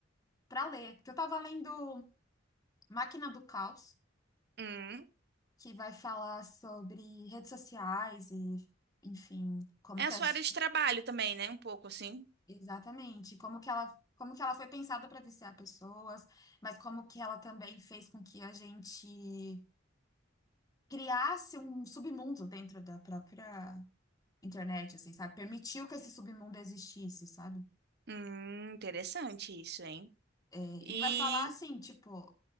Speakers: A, on the left; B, on the right.
A: para ler, porque eu tava lendo Máquina do Caos,
B: Hum.
A: que vai falar sobre redes sociais e, enfim, como
B: É
A: que
B: a sua
A: as-
B: área de trabalho também, né? Um pouco assim.
A: exatamente, como que ela, como que ela foi pensada para viciar pessoas, mas como que ela também fez com que a gente criasse um submundo dentro da própria internet, assim, sabe? Permitiu que esse submundo existisse, sabe?
B: Hum, interessante isso, hein?
A: É,
B: E.
A: E vai falar assim, tipo,